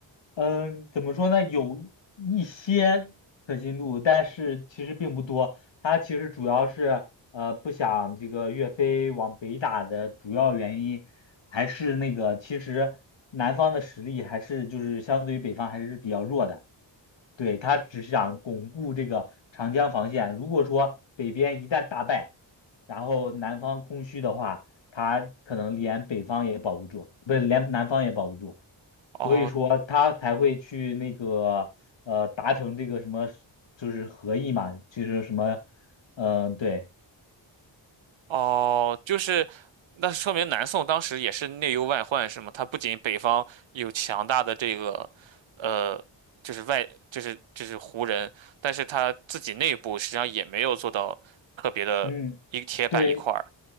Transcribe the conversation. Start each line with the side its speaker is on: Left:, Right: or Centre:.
Left: 嗯、怎么说呢？有一些可信度，但是其实并不多。他其实主要是呃不想这个岳飞往北打的主要原因，还是那个其实南方的实力还是就是相对于北方还是比较弱的。对，他只是想巩固这个长江防线。如果说北边一旦大败，然后南方空虚的话，他可能连北方也保不住，不是连南方也保不住。
Right: 哦
Left: 所以说他才会去那个呃达成这个什么，就是合议嘛，就是什么，嗯、对，
Right: 哦，就是那说明南宋当时也是内忧外患，是吗？他不仅北方有强大的这个呃。就是外，就是就是胡人，但是他自己内部实际上也没有做到特别的一个铁板一块儿。
Left: 嗯，对。